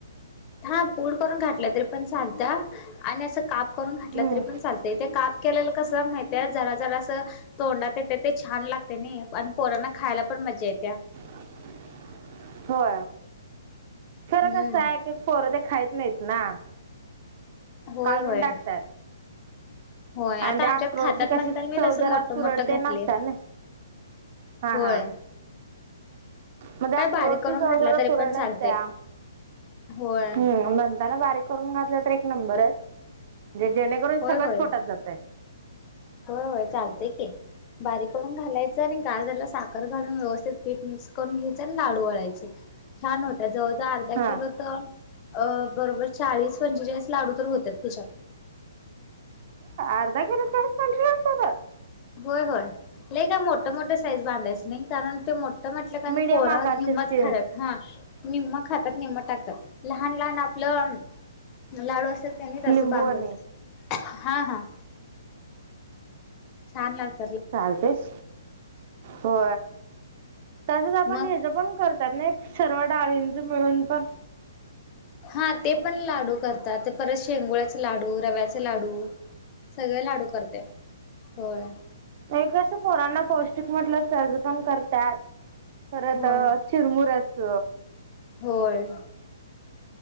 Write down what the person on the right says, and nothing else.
हम्म
<unintelligible> हो.
कसं आहे एक पोरं ते खायत नाहीत ना
काढून
टाकतात.
आणि ते
अक्रोडचे
कशी
चौदरात
तुरडते
नासतात ना. हा
हा. म्हणजे अक्रोटची
चव
जर
तुरट
असत्या.
हम्म म्हणता ना बारीक. करून घातल तर एक नंबर आहेे जेणेकरून
सगळंच
पोटात जातय.
हा
अर्ध किलो चाळीस पंचेचाळीस.
मीडियम
आकारचे
लिंबू
आणि
चालतेच हो. तसच आपण
हच पण करतात, नाही सर्व डाळींच मिळून पण.
नाही कसं पुराण पौष्टिक म्हटलं सर्ज पण करतात. परत
चिरमुऱच.